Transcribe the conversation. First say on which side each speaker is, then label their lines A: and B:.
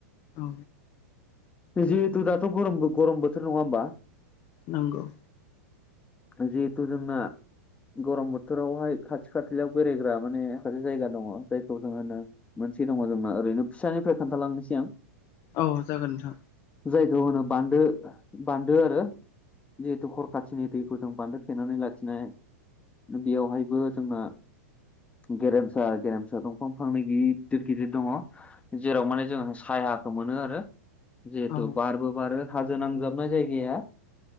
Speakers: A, on the left; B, on the left.
A: औ
B: जिहेतु दाथ' गरम गर बोथोर नङा होमबा
A: नंगौ
B: जिहेथु जोंना गरम बोथोरावहाय खाथि खालायाव बेरायग्रा माने माखासे जायगा दङ जायखौ जोङ होनो मोनसे दङ जोंना ओरैनो फिसानिफ्राय खोन्थालांनोसै आं
A: औ जागोन नोंथां
B: जायखौ होनो बान्दो बान्दो आरो जिहेथु खरखाथिनि दैखौ जों बान्दो थेनानै लाखिनाय बेयावहायबो जोंना गेरेमसा गेरेमसा दंफां फांनै गिदिर गिदिर दङ जेराव माने जोंहा सायाखौ मोनो आरो जिहेथु
A: औ
B: बारबो बारो हाजो नांजाबनाय जायगाया